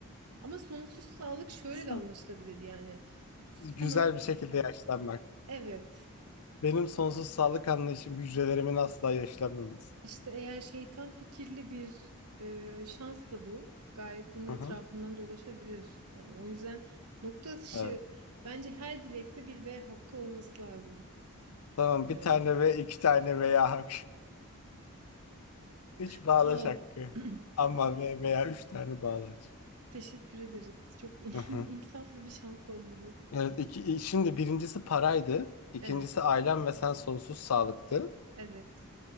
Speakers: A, on the right; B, on the left.
A: Ama sonsuz sağlık şöyle
B: Sa-
A: de anlaşılabilir yani. Sana
B: Güzel bir şekilde yaşlanmak.
A: evet
B: Benim sonsuz sağlık anlayışım hücrelerimin asla yaşlanmaması.
A: işte eğer şeytan fikirli bir e, şans da bu. Gayet bunun etrafından
B: Hı hı.
A: dolaşabilir. Hani o yüzden nokta atışı
B: Evet.
A: bence her dilekte bir V hakkı olması lazım.
B: Tamam
A: Bilmiyorum.
B: bir tane ve iki tane veya hak. <laughs> Üç bağlaç
A: Sağ ol.
B: hakkı.
A: <clears throat>
B: Ama ve veya üç tane bağlaç.
A: Teşekkür ederiz. Çok <laughs>
B: Hı hı.
A: insaflı bir şans oldu bu.
B: Evet, iki, şimdi birincisi paraydı. İkincisi
A: Evet,
B: ailem ve sen sonsuz sağlıktı.
A: evet.